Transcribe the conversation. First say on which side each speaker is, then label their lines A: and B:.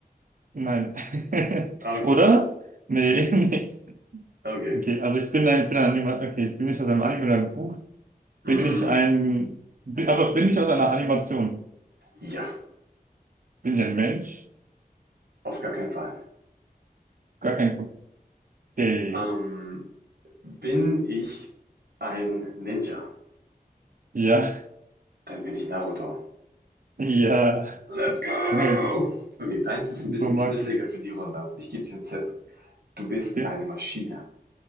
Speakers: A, on the right; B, on the right.
A: nein. <laughs>
B: Okay,
A: Oder? Nee, <laughs> nee.
B: okay.
A: Okay, also ich bin ein, ich bin ein Anima okay, ich bin nicht aus einem Anime oder einem Buch.
B: Hm.
A: Bin ich ein, bi- aber bin ich aus einer Animation?
B: Ja.
A: Bin ich ein Mensch?
B: Auf gar keinen Fall.
A: Gar kein Pro- Okay.
B: Ähm, bin ich ein Ninja?
A: Ja,
B: Dann bin ich Naruto.
A: <laughs> ja.
B: Let's go!
A: Okay,
B: Okay, deins ist ein
A: so
B: bisschen
A: mag
B: kniffliger
A: ich.
B: für die Runde. Ich gebe dir einen Tipp. Du bist
A: Okay.
B: eine Maschine.